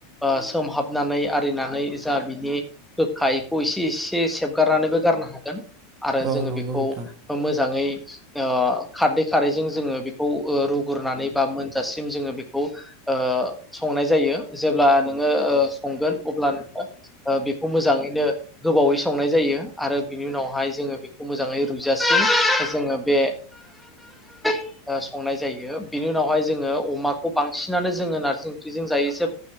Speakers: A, in the centre; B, on the right.
A: ओ सोमहाबनानै आरिनानै जा बिनि गोखा इखौ एसे एसे सेबगारनानैबो गारनो हागोन। आरो
B: औ
A: जोङो
B: नंगौ
A: बेखौ
B: नोंथां
A: ओ मोजाङै ओ खारदै खारैजों ज जोङो बेखौ ओ रुग्रोनानै बा मोनजासिम जोङो बेखौ ओ संनाय जायो जेब्ला नोङो ओ संगोन अब्ला <unintelligible> बेखौ मोजाङैनो गोबावै संनाय जायो आरो बिनि उनावहाय जोङो बेखौ मोजाङै रुइजासिम जोङो बे <inaudible> ओ संनाय जायो बिनि उनावहाय जोङो अमाखौ बांसिनानो जोङो नारजि ओंख्रिजों जायो